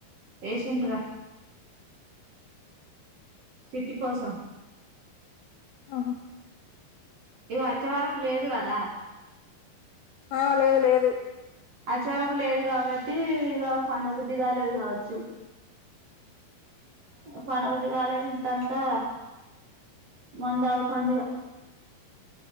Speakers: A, on the right; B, on the left.
A: ఎషిండ్ర చిట్టి కోసం
B: ఆహా
A: ఇది వచ్చవరకు లేదు కద
B: ఆ లేదు లేదు
A: అచారకు లేదు కాబట్టి ఇగ పండు బుద్ధిగాలేేదు కావచ్చ చు పాండ్ బుద్ధి కాలేదు ఇంతంతా మంద తగుతండ్ ఇగ